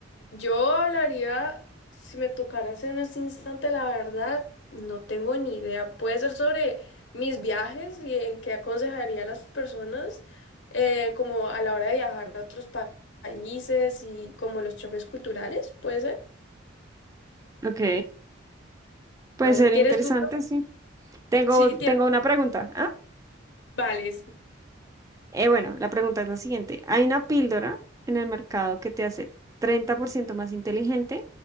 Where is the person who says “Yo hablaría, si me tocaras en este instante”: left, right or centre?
Left